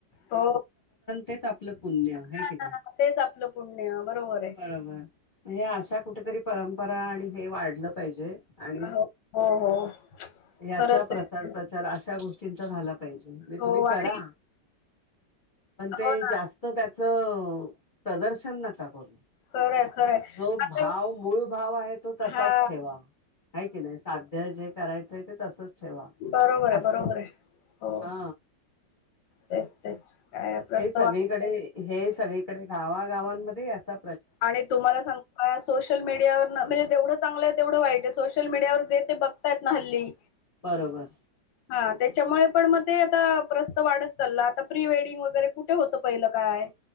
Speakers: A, on the left; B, on the left.
A: हो
B: तेच आपलं पुण्य आहे
A: हा,
B: कि नाही
A: तेच आपलं पुण्य बरोबर आहे
B: बरोबर हे अशा कुठेतरी परंपरा आणि हे वाढ म्हणलं पाहिजे आणि
A: हो हो हो हो.
B: याचा
A: खरंच
B: प्रसार
A: आहे
B: प्रचार अशा गोष्टी चिं झाला पाहिजे म्हणज
A: हो
B: तुम्ही करा
A: आणि
B: पण ते
A: हो ना
B: जास्त त्याच प्रदर्शन नका करू
A: खरंय खरंय
B: जो
A: आता
B: भाव मूळ भाव आहे तो तसाच
A: हा
B: ठेवा आहे की नाही साध्य जे करायचंय ते तसच ठेवा
A: बरोबर बरोबर आहे
B: असं
A: बरोबर आहे हो
B: हा
A: तेच तेच काय प्रस
B: ते सगळीकडे हे सगळीकडे गावागावांमध्ये यांचा
A: आणि तुम्हाला सांगूका सोशल मीडियावर म्हणजे जेवढं चांगलं आहे तेवढं वाईट सोशल मीडियावर जे ते बघतायत ना हल्ली
B: बरोबर
A: हा त्याच्यामुळे पण मग ते आता प्रस्त वाढत चालला आता प्री वेडिंग वगैरे कुठे होतं पहिलं काय